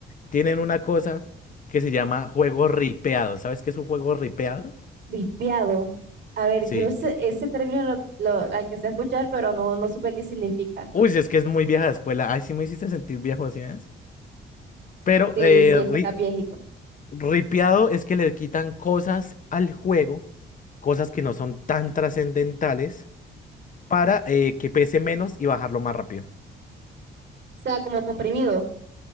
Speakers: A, on the left (about 40°); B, on the right (about 65°).
A: tienen una cosa que se llama juego ripeado. ¿Sabes qué es un juego ripeado?
B: Ripiado. A ver,
A: Sí.
B: yo ese, ese término lo, lo- lo alcancé a escuchar, pero no, no supe qué significa.
A: Uy, si es que es muy vieja de escuela. Ay, sí me hiciste sentir viejo así, ¿ves? Pero
B: Sí,
A: eh,
B: sí, es
A: ri-
B: que estás viejito. O
A: ripeado es que le quitan cosas al juego, cosas que no son tan trascendentales, para eh, que pese menos y bajarlo más rápido.
B: sea, como comprimido.